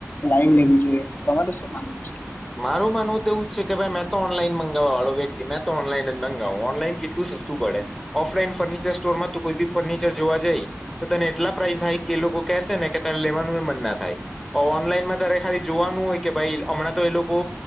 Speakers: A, on the left (about 40°); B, in the centre.
A: ટાઈમ લેવી જોઈએ તમારે શું માનવુ છે.
B: મારું માનવું એવું છે કે ભાઈ મે તો ઓનલાઈન મંગાવવા વાળો વ્યક્તિ મેં તો ઓનલાઈન જ મગાવ ઓનલાઈન કેટલું સસ્તું પડે ઓફલાઈન ફર્નિચર સ્ટોરમાં ત કોઈ બી ફર્નિચર જોવા જાય. તો તને એટલા પ્રાાઈઝ હાય કે એ લોકો કેસે ને કે તને લેવાનું એ મન ના થાય ઓનલાઈનમાં તરે ખાલી જોવાનું હોય કે ભાઈ હમણાં તો એ લોકો